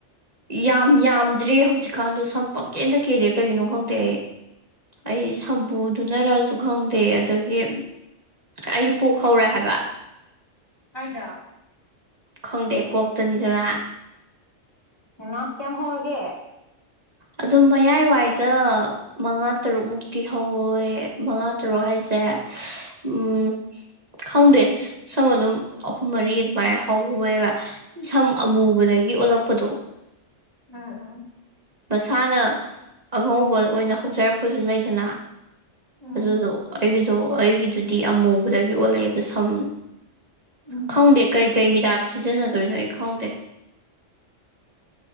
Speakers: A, on the right; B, on the left.
A: ꯌꯥꯝ ꯌꯥꯝꯗ꯭ꯔꯦ ꯍꯧꯖꯤꯛꯀꯥꯟꯗꯣ ꯁꯝ ꯄꯪꯀꯦꯟꯗ ꯀꯦꯜꯂꯦ ꯀꯩꯒꯤꯅꯣ ꯈꯪꯗꯦ꯫ ꯑꯩ ꯁꯝꯄꯨꯗꯨꯅꯔꯁꯨ ꯈꯪꯗꯦ ꯑꯗꯒꯤ ꯑꯩ ꯄꯣꯛ ꯍꯧꯔꯦ ꯍꯥꯏꯕ
B: ꯀꯥꯏꯗ
A: ꯈꯪꯗꯦ ꯀꯣꯛꯇꯅꯤꯗꯅ
B: ꯃꯃꯥ ꯀꯌꯥꯝ ꯍꯧꯔꯒꯦ?
A: ꯑꯗꯨꯝ ꯃꯌꯥꯏꯋꯥꯏꯗ ꯃꯉꯥ ꯇꯔꯨꯛ ꯃꯨꯛꯇꯤ ꯍꯧꯋꯦ ꯃꯉꯥ ꯇꯔꯨꯛ ꯍꯥꯏꯁꯦ ꯎꯝ ꯈꯪꯗꯦ ꯁꯝ ꯑꯗꯨꯝ ꯑꯍꯨꯝ ꯃꯔꯤ ꯑꯗꯨꯃꯥꯏꯅ ꯍꯧꯋꯦꯕ ꯁꯝ ꯑꯃꯨꯕꯗꯒꯤ ꯑꯣꯜꯂꯛꯄꯗꯣ
B: ꯎꯝ ꯎꯝ ꯎꯝ
A: ꯃꯁꯥꯅ ꯑꯉꯧꯕ ꯑꯣꯏꯅ ꯍꯧꯖꯔꯛꯄꯁꯨ ꯂꯩꯗꯅ
B: ꯎꯝ
A: ꯑꯗꯨꯗꯣ ꯑꯩꯒꯤꯗꯣ ꯑꯩꯒꯤꯗꯨꯗꯤ ꯑꯃꯨꯕꯗꯒꯤ ꯑꯣꯜꯂꯛꯑꯦꯕ ꯁꯝ
B: ꯎꯝ
A: ꯈꯪꯗꯦ ꯀꯩꯀꯩ ꯍꯤꯗꯥꯛ ꯁꯤꯖꯤꯟꯅꯗꯣꯏꯅꯣ ꯑꯩ ꯈꯪꯗꯦ